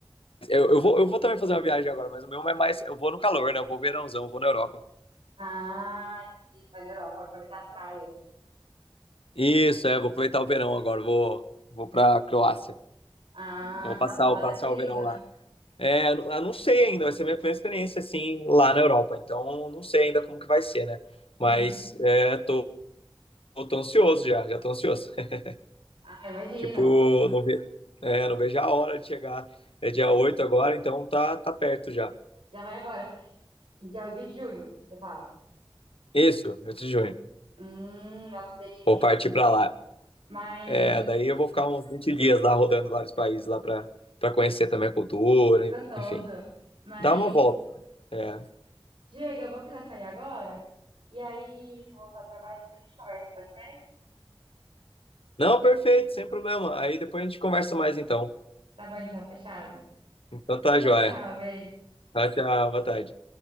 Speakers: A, on the left; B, on the right.
A: eu, eu vou, eu vou também fazer uma viagem agora, mas o meu é mais. Eu vou no calor, né? Eu vou verãozão, eu vou na Europa.
B: Ah, entendi. Você vai na Europa, vai aproveitar as praias.
A: Isso, é, vou aproveitar o verão agora, vou, vou pra Croácia.
B: Ah,
A: Vou passar,
B: nossa, lá
A: vou passar
B: deve ser lindo,
A: o verão
B: né?
A: lá. É, eu não sei ainda, vai ser a minha primeira experiência assim lá na Europa, então não sei ainda como que vai ser, né? Mas
B: Uhum.
A: é, tô, tô ansioso já, já tô ansioso. <laughs>
B: Ah, imagino.
A: Tipo, não ve, é, não vejo a hora de chegar. É dia 8 agora, então tá, tá perto já.
B: Já vai agora. Dia 8 de junho, você fala.
A: Isso, 8 de junho.
B: Hum, nossa, que delícia,
A: Vou
B: hein?
A: partir pra lá.
B: Mas
A: É, daí eu vou ficar uns 20 dias lá rodando vários países lá pra, pra conhecer também a cultura,
B: gostoso.
A: enfim.
B: Mas
A: Dá uma volta. É.
B: Diego, eu vou precisar sair agora. E aí, que eu vou voltar ao trabalho, depois a gente conversa, pode ser?
A: Não, perfeito, sem problema. Aí depois a gente conversa mais então.
B: Tá bom então, fechado.
A: Então tá,
B: Tchau,
A: joia.
B: tchau, beijo.
A: Tchau, tchau, boa tarde.